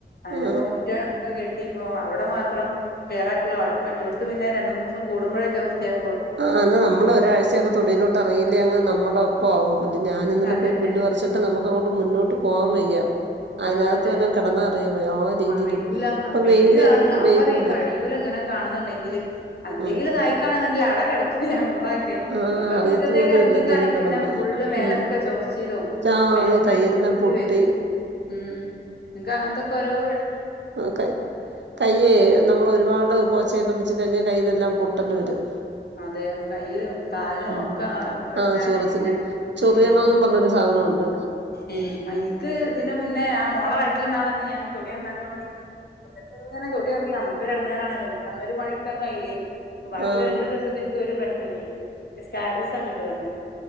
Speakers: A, on the left; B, on the right.
A: അങ്ങനിപ്പ
B: ആ
A: മുറ്റം ഒക്കെ കെട്ട് പ്പ അവിടെ മാത്രം ക്ലിയർക്കുള മറ്റൊടുത്ത് പിന്നെ രണ്ടൂന്നൂസം കൂടുമ്പഴെ വൃത്തിയാ
B: ആ അല്ല നമ്മള ഒരാഴ്ചയൊക്കെ തൊടിലോട്ട് എറങ്ങിയില്ലേ അങ്ങ് നമ്മടൊപ്പാവും പുല്ല്
A: ഉം
B: ഞാന് ഇന്നലെ
A: അതന്നെ
B: പോയി പുല്ല് പറിച്ചിട്ട് നമുക്ക് അങ്ങോട്ട് മുന്നോട്ട് പോവാൻ വയ്യ. അതിനകത്ത്
A: ആ അതെ
B: വല്ലോം കിടന്നാ അറിയാൻ വയ്യ ആ രീതിയിലും
A: അറിയൂല
B: ഇപ്പൊ
A: അ പേടിയാണ്
B: വെയില്
A: ഞാൻ
B: വെയിലുണ്ട്
A: പറയും കഴിയൂല ഇങ്ങനൊക്കെയാണെന്നുണ്ടെങ്കിൽ എന്തെങ്കിലും
B: ഉം
A: ഇതായിക്കാണ ആടെ കെടക്കും ഞമ്മള ക്കെ
B: ആഹ്
A: ഇങ്കക്ക്
B: അറിയത്ത്
A: മുറ്റത്തേക്ക്
B: പോലും
A: എറങ്ങിക്കാണെ
B: ഇല്ല എന്തേലും കിടന്ന്
A: പിന്നെ ഫുള്ള് മേലൊക്കെ
B: ഉം
A: ചൊറച്ചിലും
B: ആഹ്
A: മേൽന്നായിട്ട്
B: കൈയെല്ലാം
A: പൊന്തി
B: പൊട്ടി
A: വരും. ഉം ഇ അങ്ങനത്തൊക്കെഓരോ പ്രശ്ന
B: ആ കയ്യേ നമ്മൾ ഒരുപാട് പ പോച്ചൊക്കെ പിച്ചകെ കഴിഞ്ഞാ കയ്യിലെല്ലാം പൊട്ടല് വരും
A: അതെ കയ്യിലും കാലിനും
B: ഉം
A: ഒക്കെ പ്രശ്നണ്
B: ആഹ് ചൊറിച്ചില്
A: പിന്നെ
B: ചൊറിയണോന്നും
A: ഉ
B: പറഞ്ഞൊരു സാധനമുണ്ട്
A: ഉ എനിക്ക് ഇതിന്റെ മുന്നേ ആ മോള വയറ്റില് ഇ ണ്ട് ഞാന് തൊടി നന്നാക്കാൻ വേണ്ടീട്ട് ഒറ്റീങ്ങനെ തൊടി ഇറങ്ങി നമു ഒരു അടഞ്ഞാറാല്ലോ അന്ന് പണി എടുകാ ൻ കയ്യില്ലേ നി അപ്പ ബാക്കി
B: ആഹ്
A: രണ്ടം ഒരു പ്രശ്നംല്ലേ സ്കാബിസ് അങ്ങോട്ട് വന്ന്